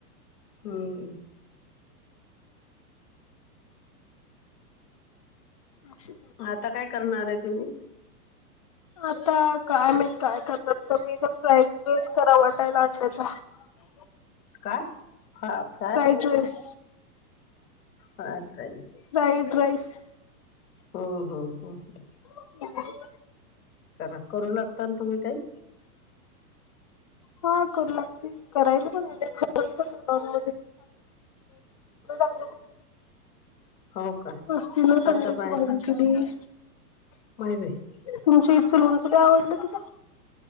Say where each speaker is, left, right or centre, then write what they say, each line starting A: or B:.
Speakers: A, on the left (about 65°); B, on the left (about 25°).
A: हम्मम
B: अआसो
A: आता काय करणार आहे तुम्ही?
B: आता काय माहित काय करतात तर मी तर फ्राईड राईस करा <unintelligible> <inaudible>
A: काय <unintelligible>
B: अॅड्रेस
A: ह काईस
B: फ्राईड राईस.
A: हो हो ह ह
B: ह <inaudible>
A: करा करू लागता ना तुम्ही काही
B: हा करू लागते करायला पण <unintelligible> <inaudible>
A: हो का
B: मस्त ना सांडग्याची
A: आता पाय
B: भाजी केली.
A: <unintelligible>
B: तुमची आईच लोणचं लई आवडल तिला.